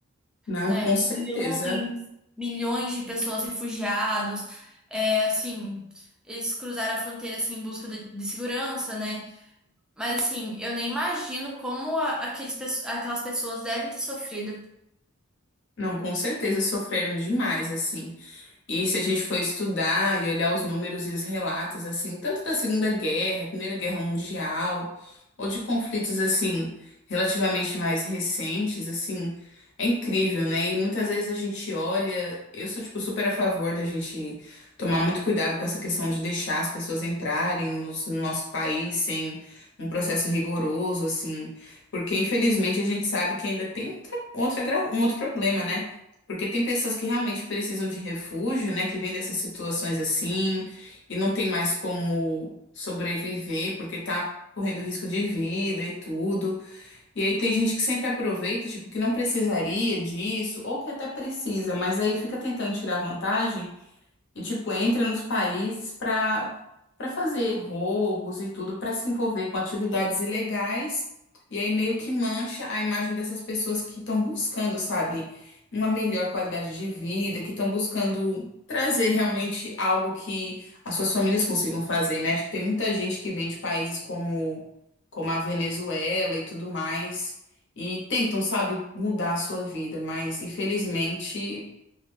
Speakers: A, on the left; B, in the centre.
A: Não,
B: né?
A: com certeza.
B: Milhões, milhões de pessoas refugiados, é, assim, eles cruzaram a fronteira assim em busca de, de segurança, né? Mas assim, eu nem imagino como a- aqueles, pe- aquelas pessoas devem ter sofrido.
A: Não, com certeza sofreram demais, assim. E se a gente for estudar e olhar os números e os relatos, assim, tanto da Segunda Guerra, Primeira Guerra Mundial, ou de conflitos, assim, relativamente mais recentes, assim, é incrível, né? E muitas vezes a gente olha, eu sou, tipo, super a favor da gente tomar muito cuidado com essa questão de deixar as pessoas entrarem nos- no nosso país sem um processo rigoroso, assim, porque infelizmente a gente sabe que ainda tem outra, outra, gra- um outro problema, né? Porque tem pessoas que realmente precisam de refúgio, né? Que vêm dessas situações assim e não tem mais como sobreviver porque tá correndo risco de vida e tudo. E aí tem gente que sempre aproveita, tipo, que não precisaria disso, ou que até precisa, mas aí fica tentando tirar vantagem. E, tipo, entra nos países para para fazer roubos e tudo, para se envolver com atividades ilegais. E aí meio que mancha a imagem dessas pessoas que estão buscando, sabe, uma melhor qualidade de vida, que estão buscando trazer realmente algo que as suas famílias consigam fazer, né? Acho que tem muita gente que vem de países como, como a Venezuela e tudo mais. E tentam, sabe, mudar a sua vida, mas infelizmente